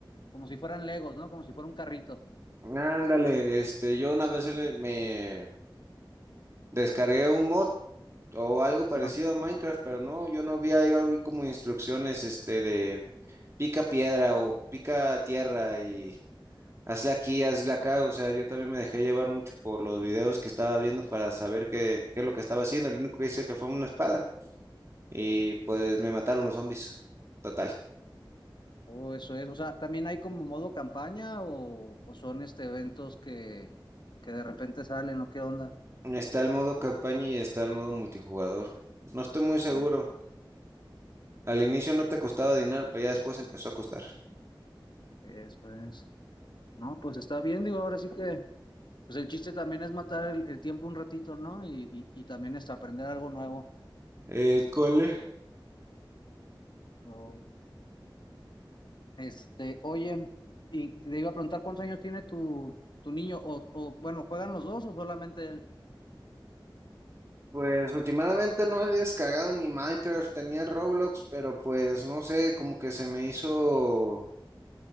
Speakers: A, on the left; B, on the right.
A: como si fueran Legos, ¿no? Como si fuera un carrito.
B: Ándale, este, yo una vez le- me, Descargué un mod o algo parecido
A: Ajá.
B: a Minecraft, pero no, yo no vi ahí algo como instrucciones este de pica piedra o pica tierra y hazle aquí, hazle acá. O sea, yo también me dejé llevar mucho por los videos que estaba viendo para saber qué, qué es lo que estaba haciendo. El único que hice que fue una espada y pues me mataron los zombies. Total.
A: O eso es, o sea, también hay como modo campaña o, o son este eventos que, que de repente salen o qué onda.
B: Está el modo campaña y está el modo multijugador. No estoy muy seguro.
A: O-
B: Al inicio no te costaba dinero, pero ya después empezó a costar.
A: Eso es. No, pues está bien, digo, ahora sí que, pues el chiste también es matar el, el tiempo un ratito, ¿no? Y, y, y también es aprender algo nuevo.
B: Eh, ¿cuál es?
A: Oh. Este, oye, y te iba a preguntar cuántos años tiene tu, tu niño, o, o bueno, ¿juegan los dos o solamente él?
B: Pues últimamente no he descargado ni Minecraft, tenía Roblox, pero pues no sé, como que se me hizo